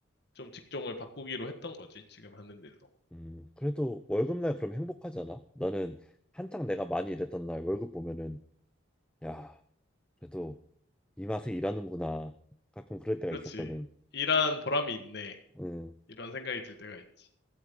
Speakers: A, on the left; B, in the centre.
A: 좀 직종을 바꾸기로 했던 거지, 지금 하는 일로.
B: 음. 그래도 월급날 그럼 행복하잖아. 나는 한창 내가 많이 일했던 날 월급 보면은 야. 그래도 이 맛에 일하는구나. 가끔 그럴 때가
A: 그렇지.
B: 있었거든.
A: 일한 보람이 있네.
B: 음.
A: 이런 생각이 들 때가 있지.